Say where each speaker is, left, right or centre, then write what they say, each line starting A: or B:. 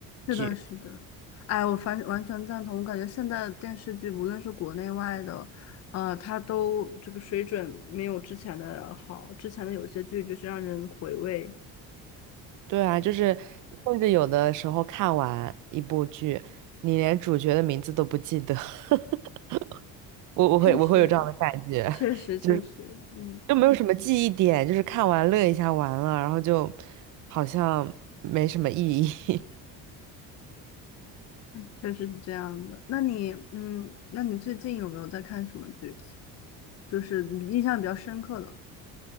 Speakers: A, on the left; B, on the right.
A: 是的，
B: 剧。
A: 是的，哎，我反完全赞同。我感觉现在的电视剧，无论是国内外的，呃，它都这个水准没有之前的好。之前的有些剧就是让人回味，
B: 对啊，就是甚至有的时候看完一部剧，你连主角的名字都不记得，<laughs> 我我会我会有这样的感觉，
A: 确实，确实，确实，
B: 就是
A: 嗯，
B: 就没有什么记忆点，就是看完乐一下完了，然后就好像没什么意义。
A: 确实是这样的。那你，嗯，那你最近有没有在看什么剧？就是你印象比较深刻的？